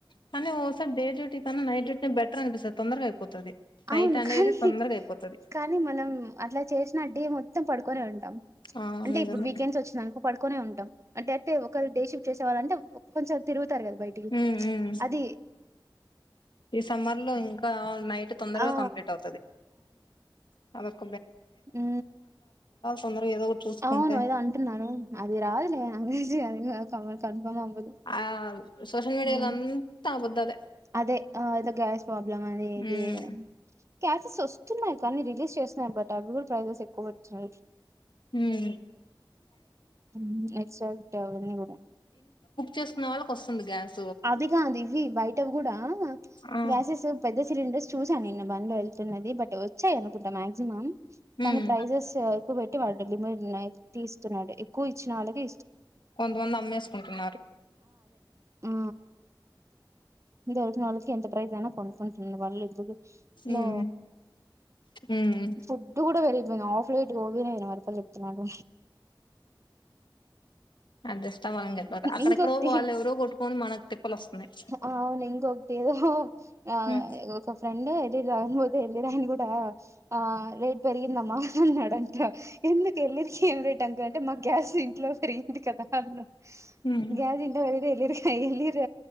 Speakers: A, on the left (about 70°); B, on the right (about 35°).
A: కానీ ఒకసార్ డే డు టీ కన్న నైట్ డ్యూటీ బెటర్ అనిపిస్తది తొందర్గ అయిపోతది. నైట్
B: అవును
A: అనేది
B: కానీ
A: తొందరగా అయిపోతది
B: కానీ మనం అట్లా చేసినట్టు డే మొత్తం పడుకొని ఉంటాం
A: ఆ
B: అంటే
A: నిజమే
B: ఇప్పుడు వీకెండ్స్ వచ్చింది అనుకో పడుకోనే ఉంటాం అంటే అయితే ఒక దేశ చవాలంటే కొంచెం తిరుగుతారు కదా బయటికి
A: ఉమ్ ఉమ్
B: అది
A: ఈ సమ్మర్ లో ఇంకా ఆల్ నైట్ తొందరగా
B: ఆ
A: కంప్లీట్ అవుతుంది <unintelligible>
B: ఉ
A: తొందరగా ఏదో ఒకటి చూసుకుంటే
B: అవును ఏదో అంటున్నాను అది రాదు నది కన్ఫర్మ్ అవ్వదు
A: ఆ సోషల్ మీడియాల
B: ఉమ్
A: అంతా అబద్ధాలే
B: అదే ఇద ప్రాబ్లం అనే ఇది
A: ఉమ్
B: క్యాసెస్ వస్తున్నాయి కానీ రిలీజ్ చేస్తున్నాయి బట్ అవి కూడా ప్రైజెస్ ఎక్కువ పెడుతున్నా
A: ఉమ్
B: హు ఎక్స్ టెన్ కూడాడ
A: చేసుకునే వాళ్ళకి వస్తుంది గ్యాస్
B: అదిగా అది ఇవి బయట కూడా
A: ఆ
B: గ్యాసెస్ పెద్ద సిలిండర్స్ చూసాను నిన్న బండ్లు వెళ్తున్నది బట్ ఎవరు వచ్చాయి అనుకుంట మాక్సిమం కానీ
A: ఉమ్
B: ప్రైజెస్ ఎక్కువ పెట్ వా లిమిట్ తీస్తున్నాడు ఎక్కువ ఇచ్చిన అలాగే
A: కొంతమంది అమ్మేసుకుంటున్నారు
B: ఉ ఈ రోజు నళ్ళకి ఎంత ప్రైస్ కొ ఉంటుంది వాళ్ళ ఎపుడు లో
A: ఉమ్ ఉమ్
B: ఫుడ్ కూడా వెరిగిపోయింది ఆఫ్ లైట్ వయిన వరపలు <unintelligible> చెప్తున్నాడు
A: అడ్జస్ట్ అవ్వాలని గపోతే అక్కడెక్కడో
B: ఇంకొకటి
A: వాళ్ళు ఎవరో కొట్టుకొని మనకు తిప్పలు వస్తున్నాయి
B: అవును ఇంకొకటి ఏదో ఆ
A: ఉమ్
B: ఒక ఫ్రెండ్ అది ఇద <unintelligible> ఎల్ రాయని కూడా ఆ రేట్ పెరిగిందిఅమ్మ అన్నాడంట ఎందుక ఎలిర్కి ఏం రేట్ అంత ఎందుంటే మా గ్యాస్ ఇంట్లో పెరిగింది కదా అన్న
A: ఉమ్
B: గ్యాజింట <unintelligible> వరది ఎలిర్ క ఇలిర్